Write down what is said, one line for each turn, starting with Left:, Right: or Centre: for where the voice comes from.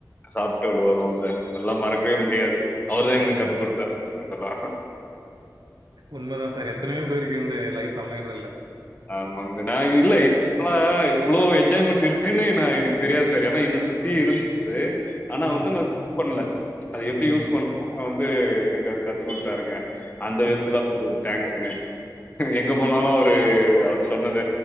Left: சாப்ட்டு வருவோ சார் அதுலா மறக்கவே முடியாது அவர்தா எங்குளுக்கு
Right: ஆமா.
Left: கத்து குடுத்தார் அதா
Right: உண்மதா சார் எத்தனயோ பேருக்கு இருந்து லைஃப் அமையறது இல்ல
Left: ஆமாங் சார் நா இல்ல <unintelligible> இவ்ளோ என்ஜாய்மெண்ட் இருக்குன்னு நா எனக்கு தெரியாது சார் ஏனா என்ன சுத்தி
Right: ம்.
Left: இருந்துது ஆனா
Right: ம்ஹ்ம்.
Left: வந்து நா <inaudible> பண்ல அது எப்டி
Right: ம்.
Left: யூஸ் பண் அவரு வந்து எனக்கு அது கத்து குத்தாருங்க அந்த விதத்துல
Right: ம்ஹ்ம்.
Left: ம் டங்க்ஸுங்க எங்க போனாலு அவுரு அவர் சொன்னத